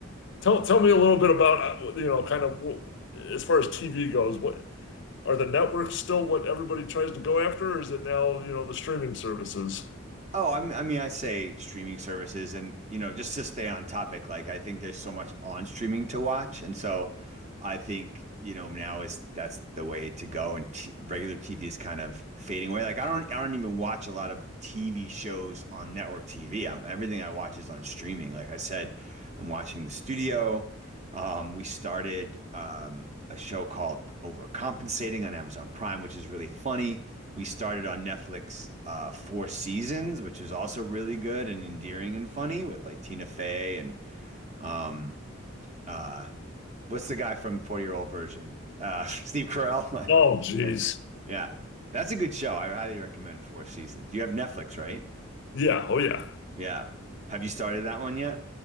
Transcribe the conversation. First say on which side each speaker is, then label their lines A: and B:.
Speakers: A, on the left; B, on the right.
A: tell tell me a little bit about uh, you know, kind of wh- as far as TV goes. What are the networks still what everybody tries to go after, or is it now you know the streaming services?
B: Oh, I mean, I mean, I say streaming services, and you know, just to stay on topic, like I think there's so much on streaming to watch, and so I think you know now is that's the way to go, and t regular TV is kind of fading away. Like I don't, I don't even watch a lot of TV shows on network TV. am everything I watch is on streaming. Like I said, I'm watching The Studio. Um, we started um, a show called Overcompensating on Amazon Prime, which is really funny. we started on Netflix uh, Four Seasons, which is also really good and endearing and funny with like Tina Fey and um, uh, what's the guy from 40 Year Old Version? Uh, <laughs> Steve Carell.
A: Oh,
B: <laughs>
A: geez.
B: Yeah, that's a good show. I highly recommend Four Seasons. You have Netflix, right?
A: Yeah. Oh, yeah.
B: Yeah. Have you started that one yet?